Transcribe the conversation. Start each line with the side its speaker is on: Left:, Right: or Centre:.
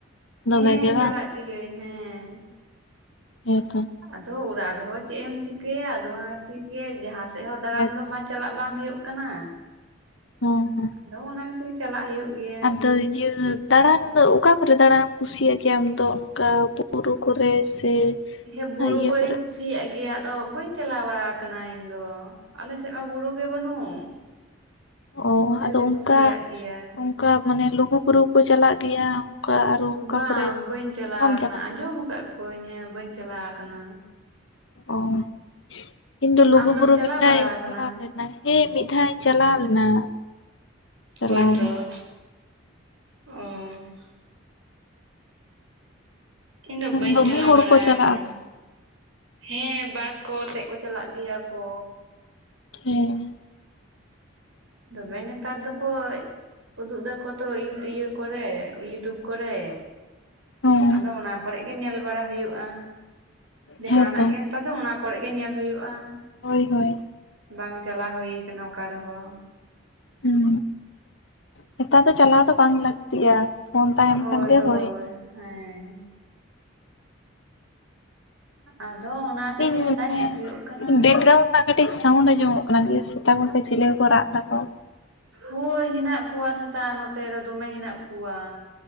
Left: ᱫᱚᱢᱮ
Right: ᱦᱮᱸ
Left: ᱜᱮ
Right: ᱪᱟᱞᱟᱜ
Left: ᱵᱟᱝ
Right: ᱜᱤᱭᱟᱹᱧ ᱦᱮᱸ᱾
Left: ᱦᱮᱸ ᱛᱚ᱾
Right: ᱟᱫᱚ ᱚᱲᱟᱜ ᱨᱮᱦᱚᱸ ᱪᱮᱜ ᱮᱢ ᱪᱤᱠᱟᱹᱭᱟ ᱟᱫᱚ ᱚᱱᱟ ᱠᱷᱟᱹᱛᱤᱨ ᱜᱮ ᱡᱟᱦᱟᱸ ᱥᱮᱜ ᱦᱚᱸ ᱫᱟᱬᱟᱱ
Left: ᱦᱮᱸᱛᱚ
Right: ᱫᱚ ᱢᱟ ᱪᱟᱞᱟᱜ ᱵᱟᱝ ᱦᱩᱭᱩᱜ ᱠᱟᱱᱟ᱾
Left: ᱦᱚᱸ ᱦᱚᱸ
Right: ᱟᱫᱚ ᱚᱱᱟ ᱠᱷᱟᱹᱛᱤᱨ ᱪᱟᱞᱟᱜ ᱦᱩᱭᱩᱜ ᱜᱮᱭᱟ᱾
Left: ᱟᱫᱚ ᱤᱭᱟᱹ ᱫᱟᱬᱟᱱ ᱫᱚ ᱚᱠᱟ ᱠᱚᱨᱮ ᱫᱟᱬᱟᱢ ᱠᱩᱥᱤ ᱭᱟᱜ ᱜᱮᱭᱟ ᱟᱢ ᱫᱚ ᱚᱱᱠᱟ ᱵᱩᱨᱩ ᱠᱚᱨᱮ ᱥᱮ
Right: ᱦᱮᱸ ᱵᱩᱨᱩ
Left: ᱤᱭᱟᱹ
Right: ᱠᱚᱨᱮᱧ
Left: ᱠᱚᱨᱮ
Right: ᱠᱩᱥᱤᱭᱟᱜ ᱜᱮᱭᱟ ᱟᱫᱚ ᱵᱟᱹᱧ ᱪᱟᱞᱟᱣ ᱵᱟᱲᱟᱣ ᱠᱟᱱᱟ ᱤᱧ ᱫᱚ᱾ ᱟᱞᱮ ᱥᱮᱜ ᱢᱟ ᱵᱩᱨᱩ ᱜᱮ ᱵᱟᱹᱱᱩᱜ᱾
Left: ᱚᱻ
Right: ᱠᱩᱥᱤ
Left: ᱟᱫᱚ
Right: ᱫᱩᱧ
Left: ᱚᱱᱠᱟ
Right: ᱠᱩᱥᱤᱭᱟᱜ ᱜᱮᱭᱟ᱾
Left: ᱚᱱᱠᱟ ᱢᱟᱱᱮ ᱞᱩᱜᱩᱼᱵᱩᱨᱩ ᱠᱚ ᱪᱟᱞᱟᱜ ᱜᱮᱭᱟ᱾ ᱚᱱᱠᱟ ᱟᱨᱚ ᱚᱠᱟ
Right: ᱵᱟᱝ
Left: ᱠᱚᱨᱮ
Right: ᱵᱟᱹᱧ ᱪᱟᱞᱟᱣ
Left: ᱵᱟᱢ
Right: ᱟᱠᱟᱱᱟ ᱟᱸᱡᱚᱢ
Left: ᱵᱟᱲᱟᱜ
Right: ᱟᱠᱟᱜ ᱠᱚᱣᱟᱹᱧ ᱦᱮᱸ ᱵᱟᱹᱧ ᱪᱟᱞᱟᱣ ᱟᱠᱟᱱᱟ᱾
Left: ᱚᱸ᱾ ᱤᱧ ᱫᱚ
Right: ᱟᱢᱫᱚᱢ
Left: ᱞᱩᱜᱩ ᱵᱩᱨᱩ
Right: ᱪᱟᱞᱟᱣ
Left: ᱢᱤᱫ
Right: ᱵᱟᱲᱟ
Left: ᱫᱷᱟᱼᱣ ᱤᱧ
Right: ᱟᱠᱟᱱᱟ
Left: ᱪᱟᱞᱟᱣ ᱞᱮᱱᱟ ᱦᱮᱸ ᱢᱤᱫ ᱫᱷᱟᱣ ᱤᱧ ᱪᱟᱞᱟᱣ ᱞᱮᱱᱟ ᱪᱟᱞᱟᱣ
Right: ᱦᱳᱭ ᱛᱚ
Left: ᱫᱚ
Right: ᱚᱸ ᱤᱧ ᱫᱚ ᱵᱟᱹᱧ
Left: ᱫᱚᱢᱮ
Right: ᱪᱟᱞᱟᱣ
Left: ᱦᱚᱲ
Right: ᱵᱟᱲᱟ
Left: ᱠᱚ ᱪᱟᱞᱟᱜᱼᱟ
Right: ᱟᱠᱟᱱᱟ᱾ ᱦᱮᱸ ᱵᱟᱥ ᱠᱚ ᱥᱮᱫ ᱠᱚ ᱪᱟᱞᱟᱜ ᱜᱮᱭᱟ ᱠᱚ
Left: ᱦᱮᱸ
Right: ᱫᱚᱢᱮ ᱱᱮᱛᱟᱨ ᱫᱚᱠᱚ ᱩᱫᱩᱜ ᱫᱟᱠᱚ ᱛᱚ ᱤᱭᱟᱹ ᱠᱚᱨᱮ ᱤᱭᱩᱴᱩᱵᱽ ᱠᱚᱨᱮᱹ
Left: ᱦᱚᱸ
Right: ᱟᱫᱚ ᱚᱱᱟ ᱠᱚᱨᱮᱹ ᱜᱮ ᱧᱮᱞ ᱵᱟᱲᱟ ᱦᱩᱭᱩᱜᱼᱟ ᱡᱟᱦᱟᱱᱟᱜ
Left: ᱦᱮᱸᱛᱚ
Right: ᱜᱮ ᱟᱫᱚ ᱚᱱᱟ ᱠᱚᱨᱮᱹ ᱜᱮ ᱧᱮᱞ ᱦᱩᱭᱩᱜᱼᱟ
Left: ᱦᱳᱭ ᱦᱳᱭ
Right: ᱵᱟᱝ ᱪᱟᱞᱟᱣ ᱦᱩᱭ ᱟᱠᱟᱱᱟ ᱚᱠᱟ ᱨᱮᱦᱚᱸ
Left: ᱦᱮᱸ ᱱᱮᱛᱟᱨ ᱫᱚ ᱪᱟᱞᱟᱣ ᱫᱚ ᱵᱟᱝ ᱞᱟᱹᱠᱛᱤᱜᱼᱟ ᱯᱷᱳᱱ ᱛᱟᱦᱮᱱ
Right: ᱦᱳᱭ
Left: ᱠᱷᱟᱱ ᱜᱮ
Right: ᱦᱳᱭ
Left: ᱦᱩᱭᱱᱟ
Right: ᱦᱮᱸ ᱟᱫᱚ ᱚᱱᱟ
Left: ᱤᱧ
Right: ᱜᱮ ᱱᱮᱛᱟᱨ
Left: ᱢᱟᱱᱮ
Right: ᱧᱮᱞ ᱦᱩᱭᱩᱜ ᱠᱟᱱᱟ
Left: ᱵᱮᱠᱜᱨᱟᱣᱩᱱᱰ ᱨᱮᱱᱟᱜ ᱠᱟᱹᱴᱤᱡ ᱥᱟᱣᱩᱱᱰ ᱟᱸᱡᱚᱢᱚᱜ ᱠᱟᱱᱟ ᱜᱮ ᱥᱮᱛᱟ ᱠᱚ ᱥᱮ ᱪᱤᱞᱤ ᱠᱚ ᱨᱟᱜ ᱫᱟᱠᱚ
Right: ᱦᱳᱭ ᱦᱮᱱᱟᱜ ᱠᱚᱣᱟ ᱥᱮᱛᱟᱜ ᱱᱚᱛᱮ ᱨᱮ ᱫᱚᱢᱮ ᱦᱮᱱᱟᱜ ᱠᱚᱣᱟ